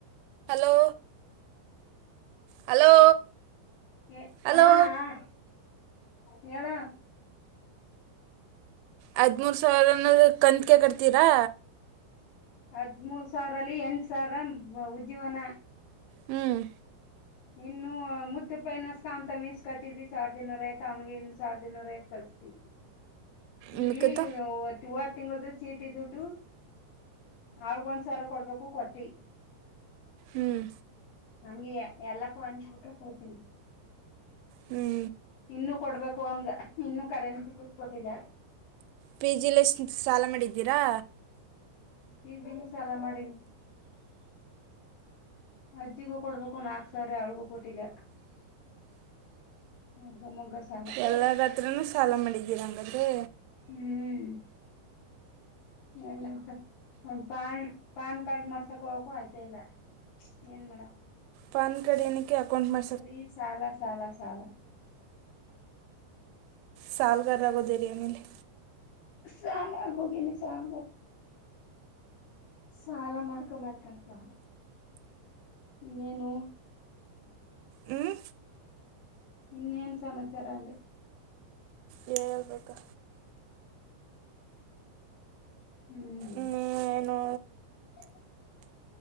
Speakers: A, on the right; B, on the left.
A: ಹಲೋ ಹಲೋ
B: ಎ
A: ಹಲೋ
B: ಹಾ ಹಾ ಹೇಳ.
A: ಹದ್ಮೂರು ಸಾವಿರ ಅನ್ನೋದ್ ಕಂತಕೆ ಕಟ್ತೀರಾ.
B: ಹದ್ಮೂರ್ ಸಾವಿರಲ್ಲಿ ಎಂಟ ಸಾವಿರ ಉಜ್ಜಿವನ.
A: ಹ್ಮ್
B: ಇನ್ನು ಮುತ್ತ ಪೈನಸ್ಕ ಅವಂತ ಮೀಸ್ ಕಟ್ಟಿದಿ ಸಾವಿರದ ಇನ್ನೂರ ಐತ ಅವನಿಗೆ ಇನ್ನ ಸಾವಿರದ ಇನ್ನೂರ ಐವತ್ತು ಕಳಿಸತಿ.
A: ಇನ್ಕದ
B: ಇಲ್ಲಿವತ್ತ್ತ. ತಿಂಗಳ ದ ಚೀಟಿ ದುಡ್ಡು ಆಳ್ಗ ಒಂದ್ಸವಿರ ಕೊಡ್ಬೇಕು ಕೊಟ್ಟಿ.
A: ಹ್ಮ್
B: ಹಂಗೆಯಾ ಎಲ್ಲಕ್ಕೂ ಅನ್ಚ್ಬಿಟ್ಟು ಕುತಿನಿ.
A: ಹ್ಞೂ
B: ಇನ್ನುೂ ಕೊಡ್ಬೇಕು ಅವನ್ಗ ಇನ್ನು ಕರೆನ್ಸಿ ದುಡ್ಡ ಕೊಟ್ಟಿಲ.
A: ಪಿ ಜಿ ಲಿ ಎಸ್ಟ ಸಾಲ ಮಾಡಿದ್ದೀರಾ?
B: ಪಿ ಜಿ ಲಿ ಸಾಲ ಮಾಡಿನಿ. ಅಜ್ಜಿಗು ಕೊಡಬೇಕು ನಾಕ ಸಾವಿರ ಅವಳ್ಳಗೂ ಕೊಟ್ಟಿಲ್ಲ. ಹ ಗ ಮಗ್ಗ ಸಾಲ
A: ಎಲ್ಲಾರ ಅತ್ರನು ಸಾಲ ಮಡಿದಿರಾ ಅಂಗದ್ರೆ.
B: ಹ್ಮ್ ಎಲ್ಲ ಒ ಪಾ ಒಂದ ಪಾನ್ ಪಾನ್ ಕಾರ್ಡ್ ಮಾಡ್ಸಕ್ ಹೋಗಕ ಆಯ್ತಾ ಇಲ್ಲ. ಏನ್ ಮಾಡವ.
A: ಪಾನ್ ಕಡ್ ಎನ <unintelligible>
B: ಬರಿ ಸಾಲ ಸಾಲ ಸಾಲ
A: ಸಾಲಗಾರ ಆಗೋದ್ರಿ ಏನ್ ಇಲ್ಲಿ.
B: ಸಾಲಆಗಿ ಹೋಗಿನಿ ಸಾಲದಲ್ಲಿ. ಸಾಲ ಮಾಡ್ಕೊ ಮಾಡ್ಕ <unintelligible> ಇನ್ನೇನು.
A: ಹ್ಞೂ
B: ಇನ್ನೇನ್ ಸಮಾಚಾರ ಅಂದೆ.
A: ಹೇಲಬೇಕು.
B: ಹ್ಮ್.
A: ಇನ್ನೇನು
B: <inaudible>